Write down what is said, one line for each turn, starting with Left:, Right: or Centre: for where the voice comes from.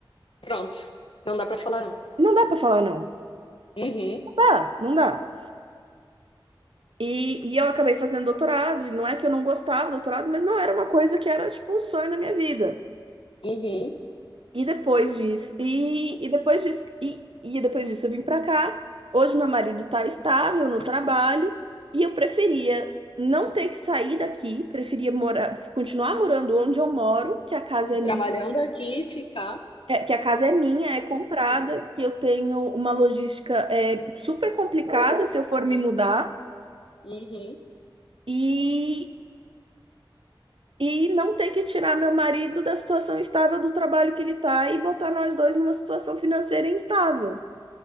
Left: Pronto. Não dá pra falar não.
Right: Não dá para falar não.
Left: Uhum.
Right: ah não dá. E, e eu acabei fazendo doutorado, e não é que eu não gostava do doutorado, mas não era uma coisa que era, tipo, o sonho da minha vida.
Left: Uhum.
Right: E depois disso, e, e depois disso, e, e depois disso eu vim pra cá. Hoje meu marido tá estável no trabalho e eu preferia não ter que sair daqui, preferia morar, continuar morando onde eu moro, que a casa
Left: E trabalhando
Right: é minha,
Left: aqui, ficar
Right: é- que a casa é minha,
Left: assim
Right: é comprada,
Left: possível.
Right: que eu tenho uma logística é, super complicada se eu for me mudar
Left: Uhum.
Right: e E não ter que tirar meu marido da situação estável do trabalho que ele tá e botar nós dois numa situação financeira instável.